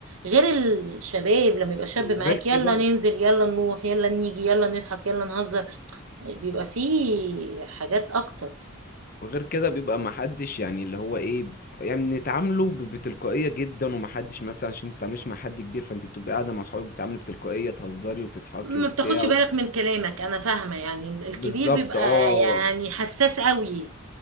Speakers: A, on the right; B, on the left.
A: غير الشباب لما يبقى شاب
B: وغير
A: معاك يلا
B: كده
A: ننزل يلا نروح يلا نيجي يلا نضحك يلا نهزر بيبقى فيه حاجات اكتر
B: وغير كده بيبقى محدش يعني اللي هو ايه يعني نتعامله ب- بتلقائية جدا ومحدش مثلا عشان متتعامليش مع حد كبير فانت بتبقى قاعدة مع صحابك بتتعاملي بتلقائية تهزري وتضحكي
A: ما
B: وبتاع
A: بتاخدش بالك من كلامك انا فاهمة يعني الكبير
B: بالظبط
A: بيبقى
B: اه
A: يعني حساس قوي